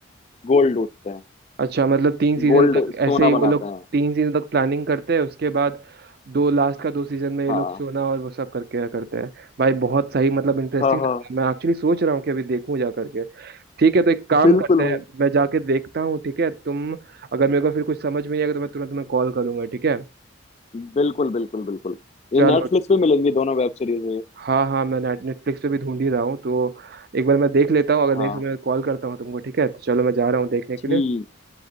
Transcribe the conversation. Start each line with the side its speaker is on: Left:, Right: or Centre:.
Left: गोल्ड लूटते हैं
Right: अच्छा मतलब तीन सीजन
Left: गोल्ड
Right: तक
Left: सोना
Right: ऐसे ही वो
Left: बनाते
Right: लोग
Left: हैं
Right: तीन सीजन तक प्लानिंग करते हैं उसके बाद दो लास्ट का दो सीजन में ये
Left: हाँ
Right: लोग सोना और वो सब करके करते हैं भाई बहुत सही मतलब इंटरेस्टिंग
Left: हाँ हाँ
Right: लगता है मैं एक्चुअली सोच रहा हूँ कि अभी देखूँ जा करके ठीक है तो एक काम
Left: बिल्कुल
Right: करते हैं
Left: भाई
Right: मैं जाके देखता हूँ ठीक है तुम अगर मेरे को फिर कुछ समझ में नहीं आएगा तो मैं तुरंत तुम्हें कॉल करूंगा ठीक है
Left: बिल्कुल बिल्कुल बिल्कुल
Right: चलो
Left: ये नेटफ्लिक्स पे मिलेंगी दोनों वेब सीरीज ये
Right: हाँ हाँ मैं नेट नेटफ्लिक्स पे भी ढूंढ ही रहा हूँ तो एक बार मैं देख लेता हूँ अगर
Left: हाँ
Right: नहीं समय कॉल करता हूँ तुमको ठीक है तो चलो मैं जा रहा हूँ देखने के
Left: ठीक
Right: लिए